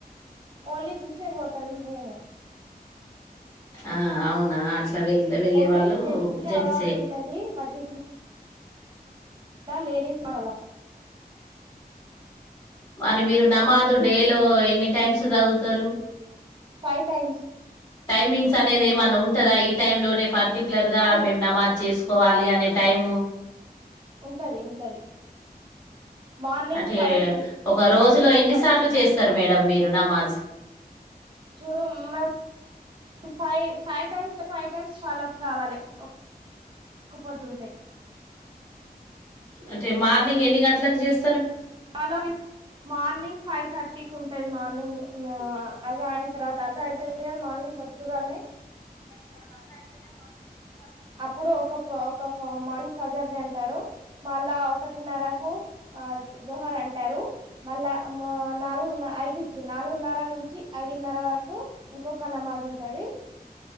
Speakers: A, on the right (about 30°); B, on the left (about 25°).
A: ఓన్లీ జెస్సే పోతారు మేము పోము
B: ఆ అవునా అట్లా వెళ్ వెళ్ళే
A: ఓన్లీ
B: వాళ్ళు
A: జెంట్స్ కి
B: జెంట్సే
A: అలవాటు ఉంటుంది మస్జిద్లో దా లేడీస్ మలా
B: మరి మీరు నమాదు
A: అలవాట్
B: డే లో ఎనీ టైమ్స్ చదువుతారు
A: ఫైవ్ టైమ్స్
B: టైమింగ్స్ అనేది ఏమన్నా ఉంటందా ఈ టైమ్ లోనే పర్టిక్యులర్ గా
A: అవును
B: మేము నమాజ్ చేసుకోవాలి అనే టైము
A: ఉంటది ఉంటది మార్నింగ్
B: అంటే
A: ఫైవ్ కి
B: ఒక రోజులో ఎన్ని
A: థర్టీ
B: సార్లు చేస్తారు మేడమ్ మీరు నమాజ్
A: చూడు మేమ్ five five time five times follow up కావాలి ఒక్క పొద్దుంటే
B: అంటే మార్నింగ్ ఎన్ని గంటలకు చేస్
A: లో మార్నింగ్ ఫైవ్ థర్టీకి ఉంటది మార్నింగ్ ఆ అది అయింత రాత అజ అవుతుది మార్నింగ్ పొద్దుగాల్ నే
B: రస అ
A: అప్పుడు ఒక పు ఒక మ్మ్ మన్ ఫజర్ది అంటారు మళ్ళా ఒకటిన్నరకు ఆ జోహర్ అంటారు మళ్ళా నాలుగున్న ఐదు నాలుగున్నర నుంచి ఐదున్నర వరకు ఇంకొక నమాజ్ ఉంటది